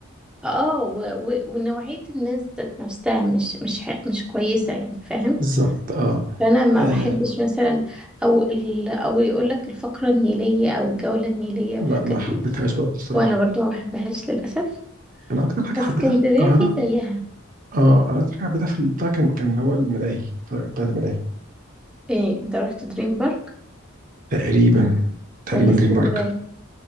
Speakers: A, in the centre; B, on the right (about 40°).
A: اه و... و... ونوعية الناس ذات نفسها مش مش ح... مش كويسة يعني فاهم
B: بالظبط آه.
A: فانا ما
B: اه
A: بحبش مثلا او ال... او يقول لك الفقرة النيلية او الجولة النيلية
B: لا
A: والحاجات
B: ما حبيتهاش
A: دي
B: برضه الصراحه
A: وانا برضو ما بحبهاش للاسف
B: انا اكتر حاجه
A: بس
B: حبيتها
A: اسكندرية
B: في القاهره
A: في زيها
B: اه انا اكتر حاجه حبيتها في البتاع كان كان اللي هو الملاهي ف- بتاعت الملاهي
A: إيه انت رحت دريم بارك
B: تقريبا تقريبا
A: ولا استندباد
B: دريم بارك